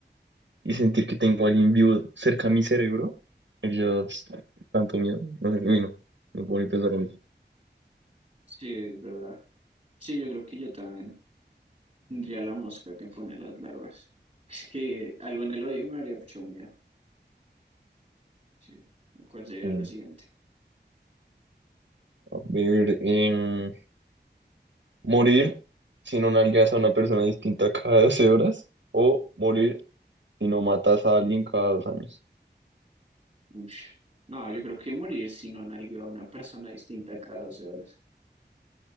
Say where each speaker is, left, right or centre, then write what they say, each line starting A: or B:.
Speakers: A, on the right (about 80°); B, on the right (about 30°).
A: Y sentir que tengo a alguien vivo cerca a mi cerebro, yo pss, tanto miedo. No sé, uy, no, no puedo ni pensarlo.
B: Sí, es verdad. Sí, yo creo que yo también tendría la mosca que pone las larvas. Es que algo en el oído me haría mucho miedo. Sí. ¿Cuál sería
A: Eh,
B: la siguiente?
A: a ver, em, morir si no nalgas a una persona distinta cada 12 horas o morir si no matas a alguien cada dos años.
B: Ush. No, yo creo que morir si no nalgueo a una persona distinta cada 12 horas.